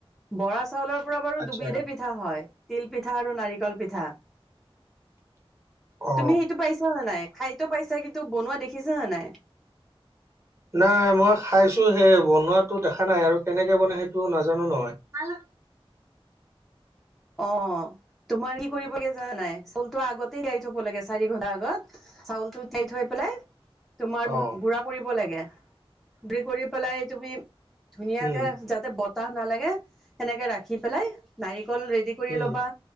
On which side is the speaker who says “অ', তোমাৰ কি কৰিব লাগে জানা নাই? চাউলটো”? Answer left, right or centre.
Centre